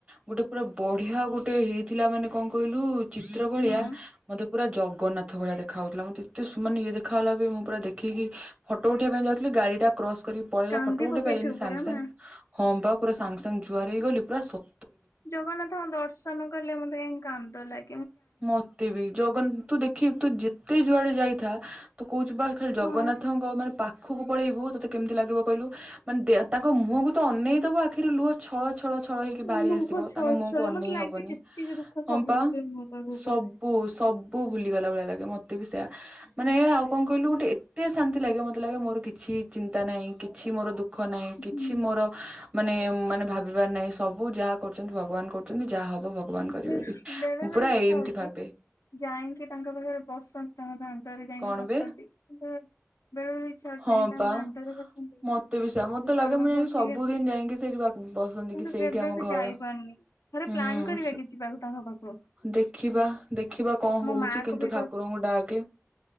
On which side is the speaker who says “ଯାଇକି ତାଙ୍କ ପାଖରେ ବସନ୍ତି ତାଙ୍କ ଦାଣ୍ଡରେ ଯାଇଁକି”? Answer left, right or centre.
Left